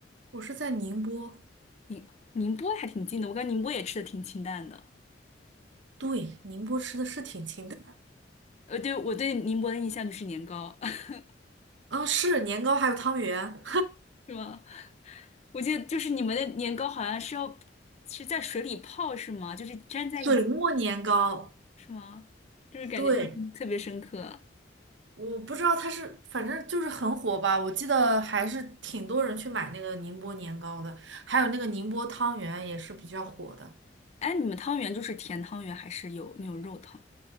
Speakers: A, on the right (about 80°); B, on the left (about 35°).
A: 我是在宁波，
B: 宁宁波还挺近的，我感觉宁波也吃的挺清淡的。
A: 对，宁波吃的是挺清淡的。
B: 呃，对，我对宁波的印象就是年糕，<laughs>
A: 啊，是年糕还有汤圆，
B: 是吗？我记得就是你们的年糕好像是要是在水里泡是吗？就是粘在一起
A: 水磨年糕，
B: 是吗？就是感觉印象特别深刻。
A: 对。我不知道它是，反正就是很火吧。我记得还是挺多人去买那个宁波年糕的，还有那个宁波汤圆也是比较火的。
B: 哎，你们汤圆就是甜汤圆还是有那种肉汤圆？